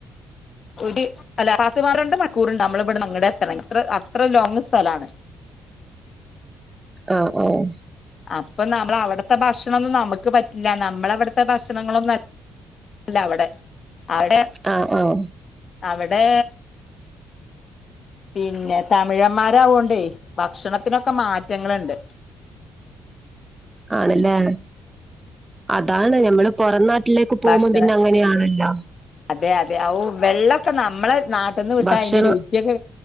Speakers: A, on the left (about 50°); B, on the right (about 20°).
A: ഒര് അല്ല പത്ത്പന്ത്രണ്ട് മണിക്കൂറ്ണ്ട് അമ്മളിവിട്ന്ന് അങ്ങടെത്തണെങ്കി ഇത്ര അത്ര ലോങ്ങ് സ്ഥലാണ്
B: ആഹ് ആഹ്
A: അപ്പ നമ്മളവിടത്തെ ഭക്ഷണൊന്നും നമക്ക് പറ്റില്ല നമ്മളവിടത്തെ ഭക്ഷണങ്ങളൊന്നും അല്ലവിടെ അവിടെ
B: ആഹ് ആഹ്
A: അവിടെ പിന്നെ തമിഴന്മാരാവോണ്ടെ ഭക്ഷണത്തിനൊക്കെ മാറ്റങ്ങളുണ്ട്
B: ആണല്ലേ അതാണ് ഞമ്മള് പൊറം നാട്ടിലേക്ക് പോകുമ്പം
A: ഭക്ഷണ
B: പിന്നെ അങ്ങനെയാണല്ലോ
A: അതെ അതെ ഔ വെള്ളൊക്കെ നമ്മളെ നാട്ട്ന്ന് വിട്ടാ
B: ഭക്ഷണം
A: അയിന്റെ രുചിയൊക്കെ